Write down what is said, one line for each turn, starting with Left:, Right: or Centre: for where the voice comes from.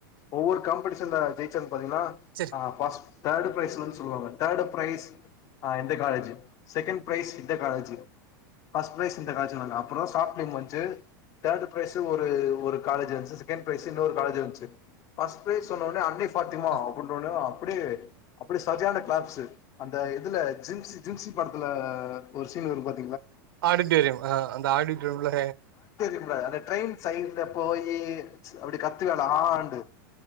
Left: ஒவ்வொரு காம்படிஷன்ல ஜெய்ச்சர்னு பாத்திங்னா
Right: செரி
Left: ஆ ஃபஸ்ட் தேர்டு ப்ரைஸ்லந் சொல்லுவாங்க தேர்டு ப்ரைஸ் ஆ எந்த காலேஜு செகண்ட் ப்ரைஸ் இந்த காலேஜு ஃபஸ்ட் ப்ரைஸ் இந்த காலேஜுனொன்ன அப்றோ ஷாட் ஃபிலிம் வன்ச்சு தேர்டு ப்ரைஸு ஒரு ஒரு காலேஜு வந்ச்சு செகண்ட் ப்ரைஸு இன்னொரு காலேஜ் வந்ச்சு ஃபர்ஸ்ட் ப்ரைஸ் சொன்னோன அன்னை ஃபாத்திமா
Right: ஆ
Left: அப்புனொன்னயு ப்டி அப்புடி சஜான க்ளாப்ஸு அந்த இதுல ஜிம்சி ஜிம்சி படத்துல ஒரு சீன் வரும்பாத்
Right: ஆடிட்டோரியம் ஆ அந்த ஆடிட்டோரிம்ல
Left: இல்ல அந்த ட்ரெயின் சைட்ல போயி அப்புடி கத்துவே தா ண்டு